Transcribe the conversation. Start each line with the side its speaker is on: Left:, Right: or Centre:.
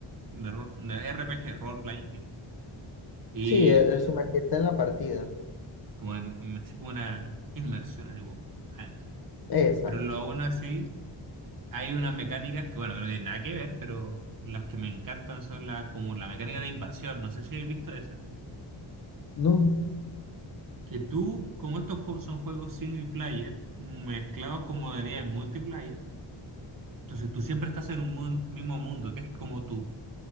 Right: de ro- de RPG, role-playing, game, y
Left: Sí, el, el sumergirte en la partida.
Right: como en- en- así como una inmersión así como adentro.
Left: Exacto.
Right: Pero lo aún así Hay unas mecánicas que, bueno, que no tienen nada que ver, pero las que me encantan son las como la mecánica de invasión. No sé si habéis visto esa.
Left: No.
Right: Que tú, como estos juegos son juegos single player, mezclados con modalidades multiplayer, entonces tú siempre estás en un mun- mismo mundo, que es como tu,